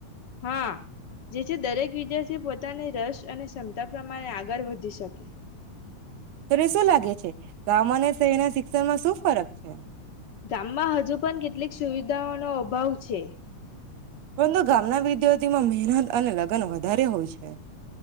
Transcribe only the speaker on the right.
તને શું લાગે છે, ગામમાં અને શહેરના શિક્ષણ માં શું ફરક છે?
પરંતુ ગામના વિદ્યુ તેમાં મહેનત અને લગ્ન વધારે હોય છે.